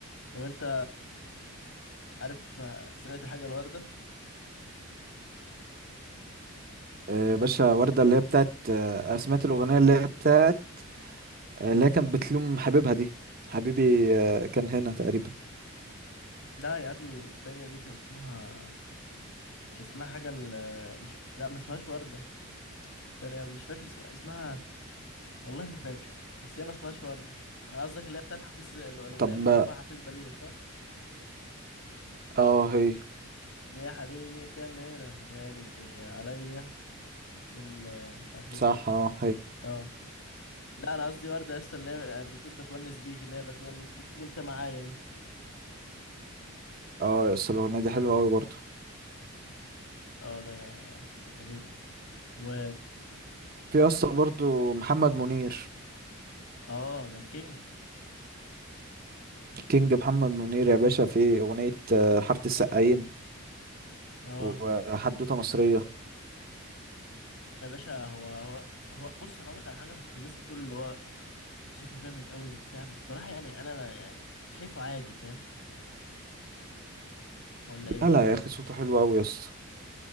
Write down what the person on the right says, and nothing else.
آه، باشا وردة اللي هي بتاعت آه، سمعت الأغنية اللي هي بتاعت آه، اللي هي كانت بتلوم حبيبها دي حبيبي آه، كان هنا تقريبا
طب
ما
اه هي
صح
اه هي
اه يس الأغنية دي حلوة قوي برضو
في يس برضو محمد منير
كينج محمد منير يا باشا في أغنية آه، حارة السقايين
وحدوتة مصرية
لا لا يا أخي صوته حلو أوي يا اسطى